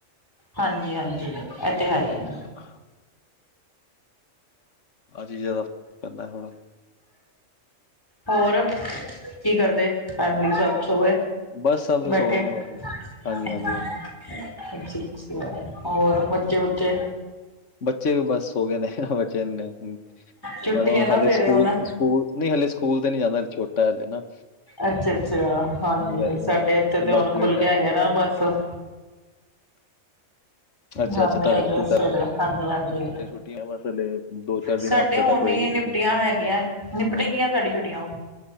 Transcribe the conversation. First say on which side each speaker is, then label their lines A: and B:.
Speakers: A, on the left; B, on the left.
A: ਹਾਂਜੀ, ਹਾਂਜੀ ਇਹ ਤੇ ਹੈ ਹੀ ਐ।
B: ਆਹ ਆਹ ਚੀਜ਼ਾਂ ਦਾ ਪੈਂਦਾ ਥੋੜ੍ਹਾ
A: ਹੋਰ ਕੀ ਕਰਦੇ ਫੈਮਲੀ ਸਭ ਸੋ ਗੇ?
B: ਬਸ ਸਭ
A: ਬੈਠੇ
B: ਸੋ ਗਏ
A: ਅੱਛਾ,
B: ਨੇ ਬਸ ਹਾਂਜੀ ਹਾਂਜੀ ਹਾਂਜੀ
A: ਅੱਛਾ ਹੋਰ ਬੱਚੇ ਬੁੱਚੇ?
B: ਬੱਚੇ ਵੀ ਬਸ ਸੋਗਏ ਨੇ ਬੱਚੇ ਨੇ
A: ਛੁੱਟੀ
B: ਬ ਹੁਣ
A: ਹੈ ਨਾ
B: ਹਾਲੇ
A: ਸਵੇਰੇ
B: ਸਕੂਲ
A: ਹੁਣ
B: ਸਕੂਲ ਨਹੀਂ ਹਲੇ ਸਕੂਲ ਤੇ ਨਹੀ ਜਾਂਦਾ ਹਲੇ ਛੋਟਾ ਹਲੇ ਨਾ
A: ਅੱਛਾ, ਅੱਛਾ ਹਾਂਜੀ
B: ਹਾਲੇ
A: ਸਾਡੇ ਏਥੇ ਤੇ
B: ਬਾਕੀ
A: ਹੁਣ ਖੁੱਲ
B: ਇਹ
A: ਗਿਆ
B: ਤਾਂ
A: ਹੈ ਨਾ ਮੋਸਮ।
B: ਅੱਛਾ
A: ਜਾਂਦੇ
B: ਅੱਛਾ ਤੁਹਾਡੇ
A: ਹੈਗੇ
B: ਸਕੂਲ
A: ਆ
B: ਤਾਂ
A: ਸਵੇਰੇ ਹਾਂਜੀ, ਹਾਂਜੀ।
B: ਛੁੱਟੀਆਂ ਬਸ ਹਲੇ। ਦੋ ਚਾਰ
A: ਸਾਡੇ
B: ਦਿਨ ਹਫ਼ਤੇ
A: ਹੋਨੇ
B: ਤੱਕ ਹੋਏਗੀ
A: ਹੀਂ ਨਿਪਟੀਆਂ
B: ਛੁੱਟੀ
A: ਹੈਗੀਆਂ ਨਿਪਟ ਗਈਆਂ ਸਾਡੀ ਛੁੱਟੀਆਂ‌